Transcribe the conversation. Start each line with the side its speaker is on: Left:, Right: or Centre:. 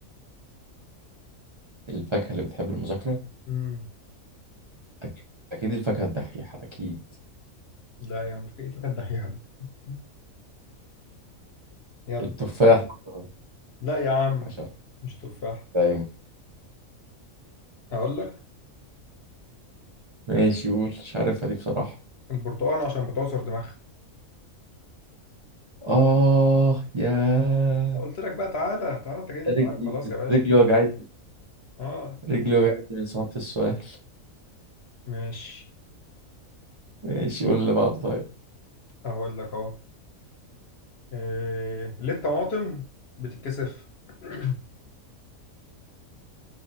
Right: الفاكهة اللي بتحب المذاكرة
Left: امم
Right: أكيد أكيد الفاكهة الدحيحة أكيد
Left: لا يا عم ايه الفاكهه الدحيحه دي <laughs> يلا
Right: التفاح مثلا
Left: لا يا عم
Right: عشان
Left: مش تفاح
Right: دايما
Left: اقول لك
Right: ماشي قول مش عارفها دي بصراحة
Left: البرتقال عشان بتعصر دماغها
Right: آه يا
Left: قلت لك بقى تعالى تعالى انت جاي لي في
Right: رجلي
Left: ميعاد خلاص يا باشا
Right: رجلي وجعتني
Left: اه <laughs>
Right: رجلي وجعتني من صوت السؤال
Left: ماشي
Right: ماشي قول اللي بعده طيب
Left: اقول لك اهو إيه ليه الطماطم بتتكسف <clears throat>